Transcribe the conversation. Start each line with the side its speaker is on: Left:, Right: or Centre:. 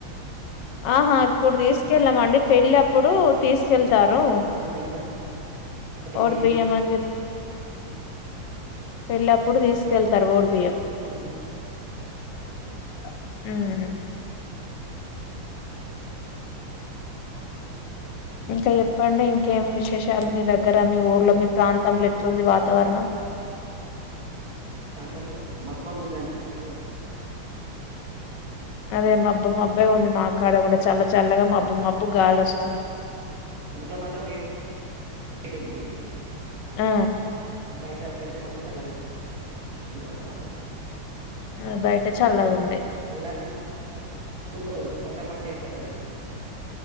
Left: ఆహా ఇప్పుడు తీసుకెళ్ళమండి పెళ్లప్పుడు తీసుకెళ్ తారు
Right: ఆ ఇంట్లో కింది
Left: ఓడు బియ్యం అన్ జెప్పి పెళ్ళప్పుడు తీసుకెళ్తారు వోడు బియ్యం
Right: మ్మ్
Left: మ్మ్ ఇంకా చెప్పండి ఇంకేమి విశేషాలు మీ దగ్గర మీ ఊర్లో మీ ప్రాంతంలో ఎట్లుంది వాతావరణం
Right: ప్రాంతంలో మబ్బు మబ్బు ఉందండి ఈరోజు
Left: అదే మబ్బు మబ్బె ఉంది మా కాడ కూడా చల్ల చల్లగా మబ్బు మబ్బు గాలి వస్
Right: ఇంట్లో మాత్రం వే డుంది
Left: ఆ!
Right: బయట వెళ్తే మాత్రం చల్లగు ది వాతావరణం
Left: అ బయట చల్లగుంది
Right: ఉగాది ముందు వర్షాలు పడతాయంట కదా